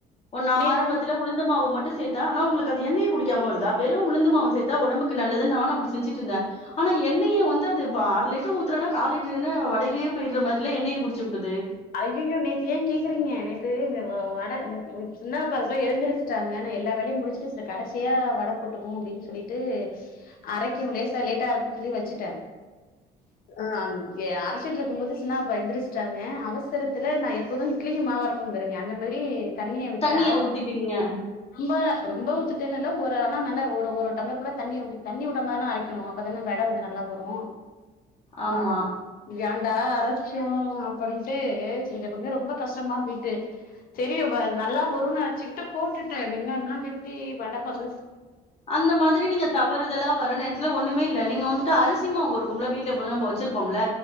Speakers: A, on the left; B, on the left.
A: ஒன்னு
B: நேத்து
A: ஆரம்பத்துல உளுந்த மாவு மட்டு சேத் தா ஆனா உங்ளுக்கு அது எண்ணெய குடிக்காம வருதா வெறு உளுந்துமாவு சேத்தா ஒடம்புக்கு நல்லதுன்னு நானும் அப்டி செஞ்சிட்ருந்த ஆனா எண்ணெய வந்து அது ப்பா அரை லிட்ரு ஊத்றனா கால் லிட்ரு எண்ணெ வடையிலியே போயிட்றமாறி இல்ல எண்ணெய குடிச்சுபுடுது
B: ஐய்யய்யோ நேத்து ஏன் கேக்குறீங்க நேத்து இந்த வ வட சின்னா பசங்க எழுந்துருச் சாங்கன்னு எல்லா வேலையு முடிசிட்டு இந்த கடைசியா வட போட்டுக்குவோ அப்டின் சொல்லிட்டு அரைக்கும் லேஸா லேட்டா அரை க்கி வச்சிட்டே அ அம் எ அரைச்சிட்ருக்கும்போது சின்னாபா எந்திரிஸ்ட்டாங்க அவ சரத்துல நா எப்போதும் இட்லிக்கு மாவு அரைப்பே பாருங்க அந்த மாறி தண்ணியா விட்டுட்டே
A: தண்ணிய ஊத்திட்டீங்க
B: ரொம்ப ரொம்போ ஊத்துட்டேன்னு இல்ல ஒரு ஆனா நல்லா ஒரு ஒரு டம்ளர் ஃபுல்லா தண்ணிய ஊத்திட் தண்ணி உட்ட மாறி தானே அரைக்கணு அப்ப தானே வட வந்து நல்லா வரு
A: ஆமா
B: அ ஏண்டா அரைச்சோ அப்படின் டு இந்த பக்கோ ரொம்போ கஷ்டமா போயிட்டு சேரி நல்லா வருன் நெனச்சிக்கிட்டு போட்டுடே வெங்காயம்ல்லா வெட்டி வட பத
A: அந்த மாதிரி நீங்க தவறுதலா வர நேரத்துல ஒண்ணுமே இல்ல நீங்க வந்துட்டு அரிசிமாவு இருக்கும்ல்ல வீட்ல எப்போதும் நம்போ வெச்சிருப்போம்ல்ல